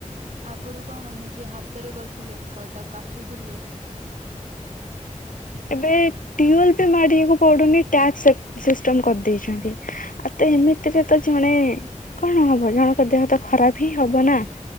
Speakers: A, on the right (about 60°); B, on the left (about 80°).
A: ଆଗରୁ କଣ ନିଜେ ହାତରେ କଷୁଥିଲେ ତାକୁ କାଚୁଥିଲେ
B: ଏବେ ଟିଓଲ ବି ମାାରିବାକୁ ପଡୁନି ଟାକ୍ସ ସିଷ୍ଟମ କରିଦେଇଛନ୍ତି। ଆଉ ତ ଏମିତିରେ ତ ଜଣେ କଣ ହବ ଜଣଙ୍କ ଦେହ ତ ଖରାପ ହିଁ ହେବ ନା